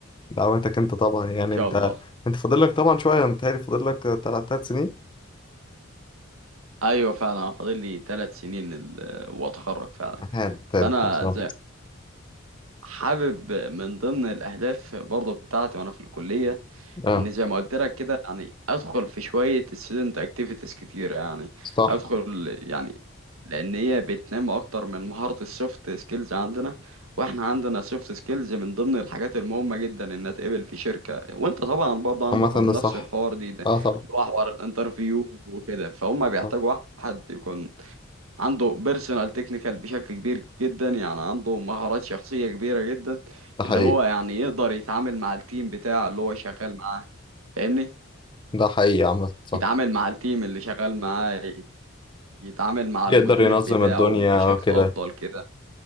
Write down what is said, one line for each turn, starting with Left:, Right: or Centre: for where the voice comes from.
Left: دعواتك أنت طبعا يعني
Right: شاء
Left: أنت
Right: الله
Left: أنت فاضل لك طبعا شوية متهيألي فاضل لك تلات تلات سنين
Right: ايوه فعلا أنا فاضل لي ثلاث سنين ال... واتخرج فعلا
Left: أحيانا تلات
Right: فانا
Left: بالظبط
Right: زي حابب من ضمن الأهداف برضه بتاعتي وأنا في الكلية
Left: أه
Right: إن زي ما قلت لك كده يعني أدخل في شوية student activities كتير يعني
Left: صح
Right: أدخل يعني لأن هي بتنمي أكتر من مهارة السوفت سكيلز عندنا وإحنا عندنا سوفت سكيلز من ضمن الحاجات المهمة جدا إنها تقبل في شركة وأنت طبعا برضه عندكم
Left: عامة ده
Right: نفس
Left: صح
Right: الحوار دي ده
Left: أه طبعا
Right: اللي هو حوار الانترفيو وكده فهم بيحتاجوا
Left: صح
Right: واحد يكون عنده بيرسونال تكنيكال بشكل كبير جدا يعني عنده مهارات شخصية كبيرة جدا
Left: ده حقيقي
Right: اللي هو يعني يقدر يتعامل مع التيم بتاعه اللي هو شغال معاه فاهمني
Left: ده حقيقي عامة صح
Right: يتعامل مع التيم اللي شغال معاه يت- يتعامل مع
Left: يقدر
Right: المدير
Left: ينظم
Right: بتاعه
Left: الدنيا
Right: بشكل
Left: وكده
Right: أفضل كده